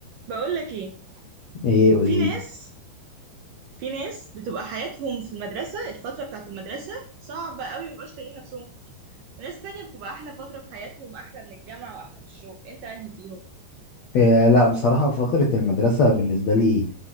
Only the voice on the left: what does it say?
ايه قوليلي
إيه لا بصراحة فترة المدرسة بالنسبة لي